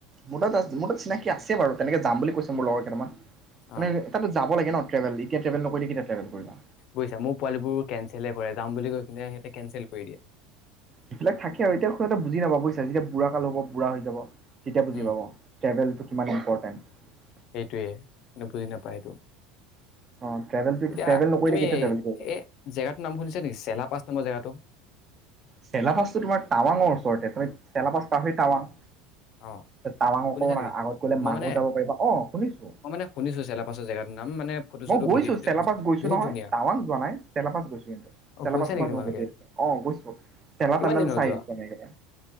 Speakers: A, on the right; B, on the left.
A: মোৰ তাত আ মোৰ তাত চিনাকি আছে বাৰু তেনেকে যাম বুলি কৈছে মোৰ লগৰ কেইটামান
B: অ
A: মানে এ ত যা লাগে ন ট্ৰেভেল কৰিবা
B: বুজিছা মোৰ পোৱালিবোৰ কেনচেল হয় কৰে যাম বুলি কৈ কিনে সিহঁতে কেনচেল কৰি দিয়ে
A: সেইবিলাকে থাকে আৰু এতিয়া সিহঁতে বুজি নাপাব বুজিছা যেতিয়া বুঢ়া কাল হ'ব বুঢ়া হৈ যাব তেতিয়া বুজি
B: উম
A: পাব ট্ৰেভেলটো কিমান ইম্পৰ্টেণ্ট
B: সেইটোৱে কিন্তু বুজি নাপায় সেইটো
A: অ ট্ৰেভেলটো এইটো
B: এতিয়া
A: ট্ৰেভেল নকৰিলে
B: তুমি
A: কেতিয়া ট্ৰেভেল কৰিবা
B: এই জেগাটোৰ নাম শুনিছা নেকি চেলা পাচ নামৰ জেগাটো
A: চেলাবাচটো তোমাৰ টাৱাঙৰ ওচৰতে তুমি চেলাবাছ পাৰহৈ টাৱাঙ
B: অ
A: টাৱাঙ
B: শুনিছা
A: অকমান
B: নেকি?
A: আগত গলে
B: মই
A: মাকো
B: মানে
A: যাব পাৰিবা অ শুনিছো
B: মই মানে শুনিছো চেলাপাছৰ জেগাটোৰ নাম মানে ফটো
A: মই
B: চটো
A: গৈছো
B: ভিডিঅ' চিডিঅ'
A: চেলাপাছ
B: পাইছো
A: গৈছো
B: বহুত
A: নহয়
B: ধুনীয়া
A: টাৱাং যোৱা নাই চেলাপাছ গৈছো কিন্তু
B: অ
A: চেলাপাছৰ
B: গৈছা নেকি
A: পৰাই
B: তোমালোকে
A: উভতি আহিছোঁ অ গৈছো চেলা
B: কিমান
A: পেনেল
B: দিন হ'ল
A: চাই
B: যোৱা
A: তেনেকে